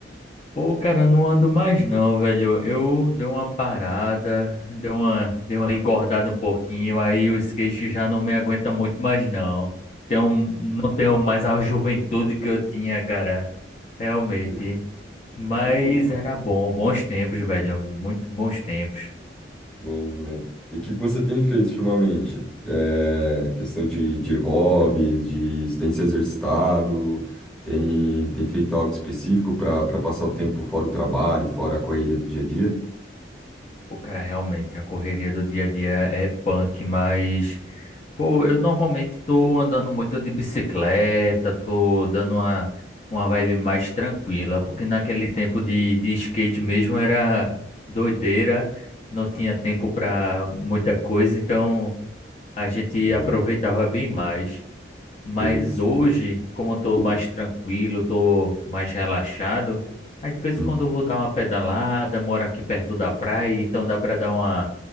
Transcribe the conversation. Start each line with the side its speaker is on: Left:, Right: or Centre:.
Left: pô, cara, não ando mais não, velho. Eu dei uma parada, dei uma, dei uma engordada um pouquinho, aí o skate já não me aguenta muito mais não. Tenho, não tenho mais a juventude que eu tinha, cara, realmente.
Centre: Sei,
Left: Mas
Centre: sei como é.
Left: era bom, bons tempos, velho. Muito bons tempos.
Centre: Bom, né? E o que que você tem feito ultimamente? É, questão de, de hobbies, de você tem se exercitado, tem, tem feito algo específico para para passar o tempo fora o trabalho, fora a correria do dia a dia?
Left: O cara realmente, a correria do dia a dia é punk, mas, pô, eu normalmente tô andando muito de bicicleta, tô dando uma, uma vibe mais tranquila, porque naquele tempo de, de skate mesmo era doideira, não tinha tempo pra muita coisa, então a gente
Centre: Sim,
Left: aproveitava bem mais. Mas
Centre: sim. sim.
Left: hoje, como eu tô mais tranquilo, tô mais relaxado, aí de vez
Centre: Uhum.
Left: em quando eu vou dar uma pedalada, moro aqui perto da praia, então dá para dar uma,